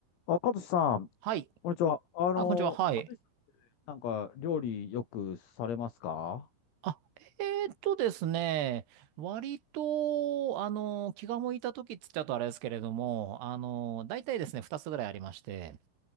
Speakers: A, on the left; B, on the right.
A: あ、かとしさん、
B: はい。
A: こんにちは。あの、
B: あ、こんにちは。はい。
A: かとしさん、なんか、料理よくされますか
B: あ、えーっとですね。割と、あの、気が向いた時って言っちゃうとあれですけれども、あの、大体ですね、二つぐらいありまして、